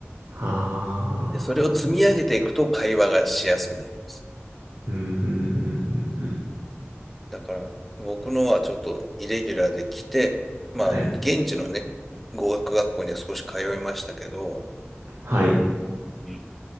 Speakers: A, on the right; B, in the centre.
A: はあ。
B: で、それを積み上げていくと会話がしやすくなります。
A: うん、うん、うん、うん。うん
B: だから、僕のはちょっとイレギュラーで来て、まあ、
A: はい。
B: 現地のね、語学学校には少し通いましたけど、
A: はい。
B: うん